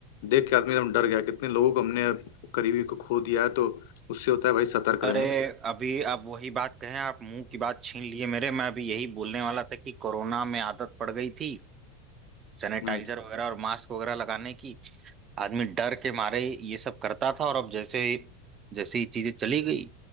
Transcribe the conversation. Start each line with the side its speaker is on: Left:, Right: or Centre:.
Left: देख के आदमी एकदम डर गया कितने लोगों को हमने करीबी को खो दिया है तो उससे होता है भाई सतर्क
Right: अरे
Left: रहें
Right: अभी आप वही बात कहें आप मुंह की बात छीन लिए मेरे मैं अभी यही बोलने वाला था कि कोरोना में आदत पड़ गई थी सैनिटाइजर
Left: हम्म
Right: वगैरह और मास्क वगैरह लगाने की आदमी डर के मारे ये सब करता था और अब जैसे जैसे ही चीजें चली गई